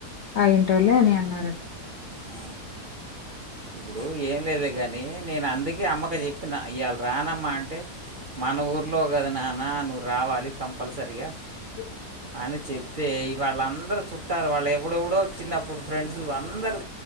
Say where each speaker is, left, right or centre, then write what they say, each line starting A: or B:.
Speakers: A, on the left; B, on the right.
A: ఆ ఇంటొల్లే అని అన్నారంట
B: ఆ, ఇప్పుడు ఏం లేదే గనీ నేన్ అందుకే అమ్మకు చెప్పిన ఇయాళ రానమ్మా అంటే మన ఊర్లో కద నా న్న నువ్ రావాలి కంపల్సరిగా
A: ఓ
B: అని చెప్తే ఇవాళ్ళందరు చుట్టాలు వాళ్ళు ఎప్పుడెప్పుడో చిన్నప్పుడు ఫ్రెండ్స్ అందరు